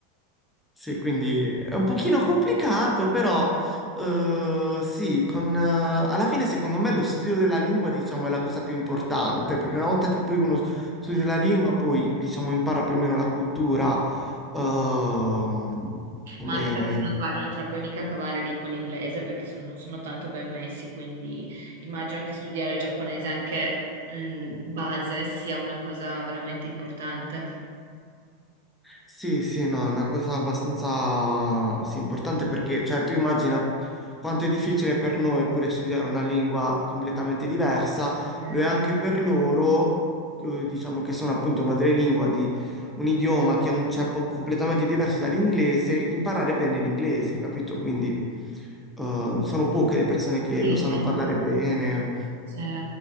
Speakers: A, in the centre; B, on the right.
A: Sì, quindi è un pochino complicato, però eh, sì, con, eh, alla fine secondo me lo studio della lingua, diciamo, è la cosa più importante, perché una volta che poi uno
B: bellissimo.
A: studia la lingua, poi, diciamo, impara più o meno la cultura, ehm, come,
B: Ma anche perché se non sbaglio non te la puoi mica cavare lì con l'inglese perché son- non sono tanto ben messi, quindi immagino che studiare il giapponese anche in base sia una cosa veramente importante.
A: Sì, sì, no, è una cosa abbastanza sì, importante perché, cioè, tu immagina quanto è difficile per noi pure studiare una lingua completamente diversa,
B: Eh,
A: lo è anche per loro, eh, diciamo che sono appunto madrelingua di un idioma che ha un ceppo completamente diverso dall'inglese, imparare bene l'inglese, capito? Quindi, eh, sono poche le persone che
B: sì,
A: lo sanno parlare bene.
B: sì.